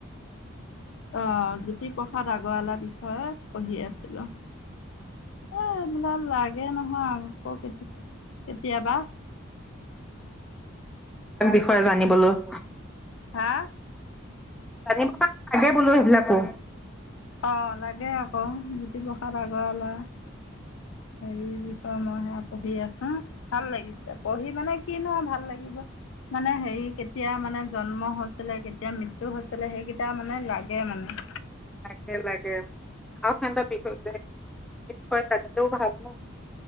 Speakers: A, on the left (about 75°); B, in the centre.
A: অহ জ্যোতিপ্ৰসাদ আগৰৱালাৰ বিষয়ে পঢ়ি আছিলো এই এইবিলাক লাগে নহয় আকৌ কেতি কেতিয়াবা
B: তাৰ বিষয়ে জানিবলৈ
A: হা
B: তাকে লাগে বোলো সেইবিলাকো
A: অ লাগে আকৌ জ্যোতিপ্ৰসাদ আগৰৱালা হে বিষয়ে মই সেয়া পঢ়ি আছো ভাল লাগিছে পঢ়ি মানে কি নহয় ভাল লাগিব মানে হেৰি কেতিয়া মানে জন্ম হৈছিলে কেতিয়া মৃত্যু হৈছিলে সেইকেইটা মানে লাগে মানে
B: <unintelligible> সেই হয় তাতকৈও ভাল ন